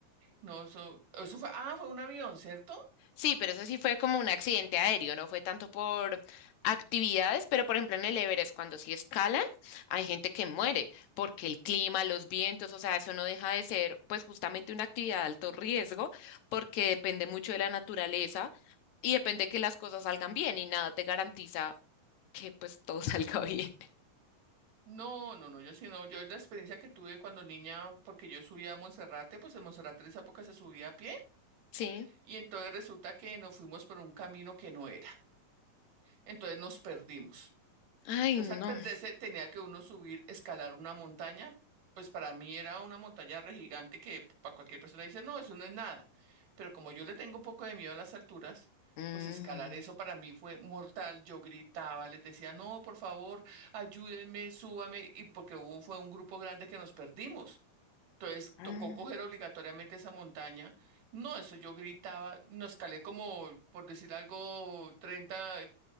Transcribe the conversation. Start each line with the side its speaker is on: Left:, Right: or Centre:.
Right: No, eso, eso fue, ah, fue un avión, ¿cierto?
Left: Sí, pero eso sí fue como un accidente aéreo, no fue tanto por actividades, pero por ejemplo en el Everest, cuando sí escalan, hay gente que muere porque el clima, los vientos, o sea, eso no deja de ser pues justamente una actividad de alto riesgo porque depende mucho de la naturaleza y depende que las cosas salgan bien y nada te garantiza que pues todo <laughs> salga bien.
Right: No, no, no, yo sí no, yo la experiencia que tuve cuando niña, porque yo subía a Monserrate, pues en Monserrate en esa época se subía a pie,
Left: Sí.
Right: y entonces resulta que nos fuimos por un camino que no era, entonces nos perdimos.
Left: Ay,
Right: Entonces,
Left: no.
Right: al perderse, tenía que uno subir, escalar una montaña. Pues para mí era una montaña re gigante que para cualquier persona dice, no, eso no es nada. Pero como yo le tengo un poco de miedo a las alturas,
Left: Mm,
Right: pues escalar eso para mí fue mortal. Yo gritaba, les decía, no, por favor, ayúdenme, súbame. Y porque hubo, fue un grupo grande que nos perdimos. Entonces
Left: mm.
Right: tocó coger obligatoriamente esa montaña. No, eso yo gritaba, no escalé como, por decir algo, 30,